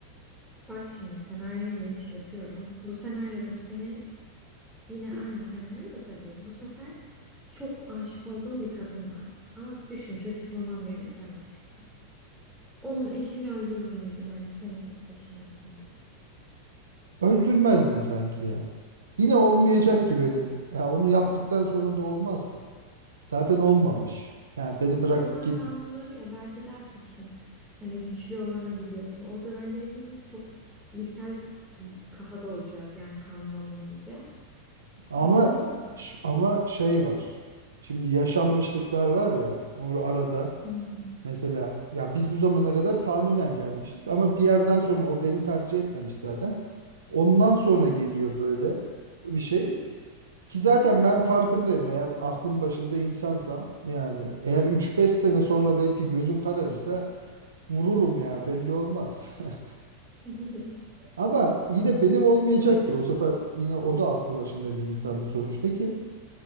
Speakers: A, in the centre; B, on the right.
A: Bak şimdi senaryoyu genişletiyorum. Bu senaryoda senin yine aynı senaryoda tabii. Bu sefer çok aşık olduğun bir kadın var. Ama düşün çocukluğundan beri falan aşıksın. Onun eşini öldürür müydün hani senin eşin olsun diye?
B: Öldürmezdim sanki ya. Yine olmayacak
A: Ya,
B: ki benim. Ya onu yaptıktan sonra da olmaz ki. Zaten olmamış.
A: ya
B: Yani beni bırakıp
A: orman
B: git
A: kanunları ya belki der ki işte hani güçlü olana gidiyorsun. Orada bence hepimiz çok ilkel bir kafada olacağız yani kanun olmayınca.
B: Ama
A: Belki olurdu.
B: ş- ama şey var. Şimdi yaşanmışlıklar var ya or- arada.
A: Hmm.
B: Mesela yani biz bu zamana kadar kanunen gelmişiz ama bir yerden sonra o beni tercih etmemiş zaten. Ondan sonra geliyor böyle bir şey ki zaten ben farkındayım eğer aklım başında insansam yani eğer üç beş sene sonra belki gözüm kararırsa vururum ya belli olmaz. <laughs>
A: <laughs>
B: Ama yine benim olmayacak ki o sefer yine o da aklı başında bir insandı sonuçta ki